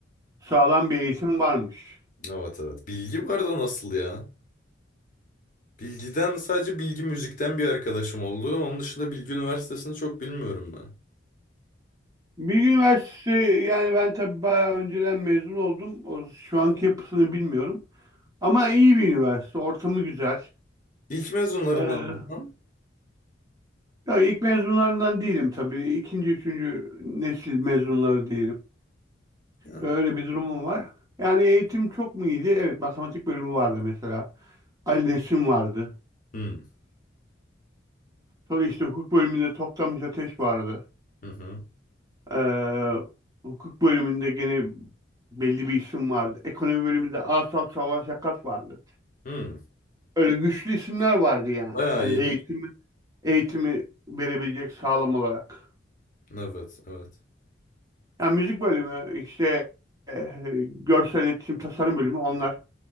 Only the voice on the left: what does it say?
Evet evet. Bilgi vardı nasıl ya? Bilgiden sadece Bilgi Müzik'ten bir arkadaşım oldu. Onun dışında Bilgi Üniversitesi'ni çok bilmiyorum ben.
İlk mezunlarından
mı? tam?
Ya.
Hmm.
Hı hı.
Hmm.
Bayağı
iyiymiş.
Evet evet.